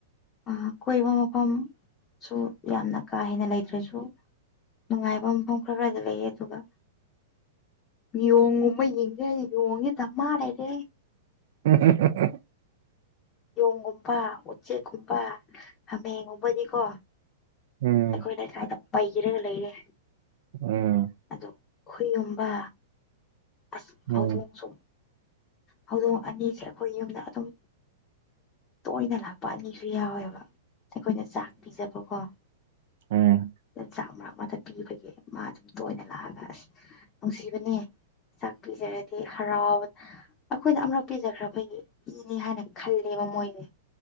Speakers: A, on the left; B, on the right.
A: ꯑꯥ ꯀꯣꯏꯕ ꯃꯐꯝ ꯁꯨ ꯌꯥꯝꯅ ꯀꯥꯍꯦꯟꯅ ꯂꯩꯇ꯭ꯔꯁꯨ ꯅꯨꯡꯉꯥꯏꯕ ꯃꯐꯝ ꯈꯔ ꯈꯔꯗ ꯂꯩꯌꯦꯕ ꯌꯣꯡꯒꯨꯝꯕ ꯌꯦꯡꯒꯦ ꯌꯣꯡꯗꯤ ꯗꯝꯃꯥ ꯂꯩꯔꯦ
B: ꯎꯝꯍꯨꯝꯍꯨꯝꯍꯨꯝꯍꯨꯝ
A: ꯌꯣꯡꯒꯨꯝꯕ ꯎꯆꯦꯛꯀꯨꯝꯕ ꯍꯥꯃꯦꯡ ꯒꯨꯝꯕꯗꯤꯀꯣ
B: ꯎꯝ
A: ꯑꯩꯈꯣꯏꯗ ꯁꯋꯥꯏꯗ ꯄꯩꯔ ꯂꯩꯔꯦ
B: ꯎꯝ
A: ꯑꯗꯣ ꯍꯨꯏꯒꯨꯝꯕ ꯑꯁ
B: ꯎꯝ
A: ꯐꯥꯎꯗꯣꯡꯁꯨ ꯍꯧꯗꯣꯡ ꯑꯅꯤꯁꯦ ꯑꯩꯈꯣꯏ ꯌꯨꯝꯗ ꯑꯗꯨꯝ ꯇꯣꯏꯅ ꯂꯥꯛꯄ ꯑꯅꯤꯁꯨ ꯌꯥꯎꯋꯦꯕ ꯑꯩꯈꯣꯏꯗ ꯆꯥꯛ ꯄꯤꯖꯕꯀꯣ
B: ꯑꯝ
A: ꯆꯥꯛ ꯃꯔꯛ ꯑꯃꯗ ꯄꯤꯕꯒꯤ ꯃꯥ ꯑꯗꯨꯝ ꯇꯣꯏꯅ ꯂꯥꯛꯑꯒ ꯑꯁ ꯅꯨꯡꯁꯤꯕꯅꯦ ꯆꯥꯛꯄꯤꯖꯔꯗꯤ ꯍꯔꯥꯎ ꯑꯩꯈꯣꯏꯅ ꯑꯃꯔꯛ ꯄꯤꯖꯈ꯭ꯔꯕꯒꯤ ꯄꯤꯅꯤ ꯍꯥꯏꯅ ꯈꯜꯂꯦꯕ ꯃꯣꯏꯅꯦ